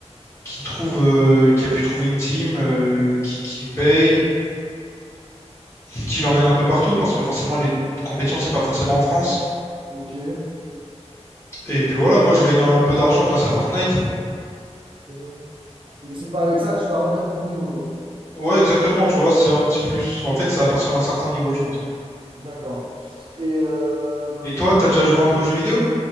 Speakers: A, on the left; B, on the right.
A: qui trouve, euh, qui a pu trouver une team, euh, qui, qui paye, qui l'emmène un peu partout, parce que forcément, les compétitions, c'est pas forcément en France.
B: Ok.
A: Et puis voilà, moi, j'ai gagné un peu d'argent grâce à Fortnite.
B: Mm-hmm. Mais c'est pas avec ça que tu vas remplir ton frigo, quoi.
A: Ouais, exactement, tu vois, c'est un petit plus. En fait, ça à partir d'un certain niveau, je pense.
B: D'accord. Et euh,
A: Et toi, t'as déjà joué un peu aux jeux vidéo?